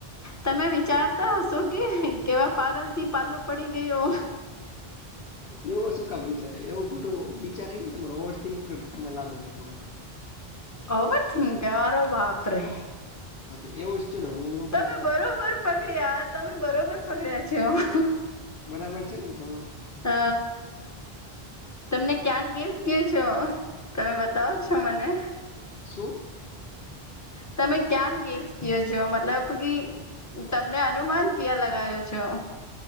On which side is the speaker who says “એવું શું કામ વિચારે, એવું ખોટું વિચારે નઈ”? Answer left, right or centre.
Left